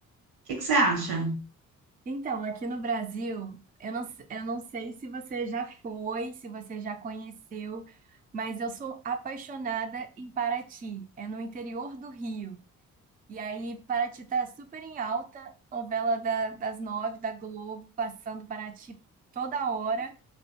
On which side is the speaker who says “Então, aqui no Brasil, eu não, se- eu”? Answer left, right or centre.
Right